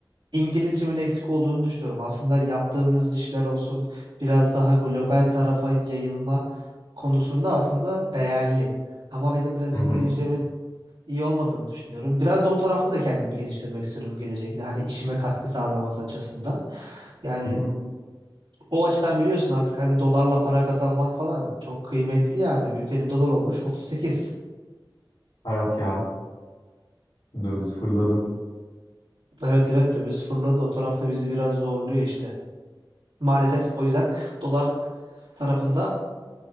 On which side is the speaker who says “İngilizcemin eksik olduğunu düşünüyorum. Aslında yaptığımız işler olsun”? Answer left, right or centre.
Right